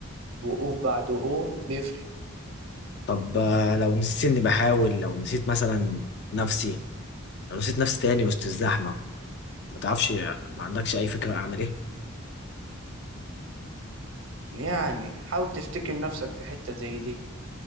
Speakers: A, on the right (about 70°); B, on the left (about 50°).
A: وقوف بعد وقوع بيفرق
B: طب آه، لو نسيت اني بحاول لو نسيت مثلا نفسي لو نسيت نفسي تاني وسط الزحمه ما تعرفش ما عندكش اي فكره اعمل ايه
A: يعني حاول تفتكر نفسك في حتة زي دي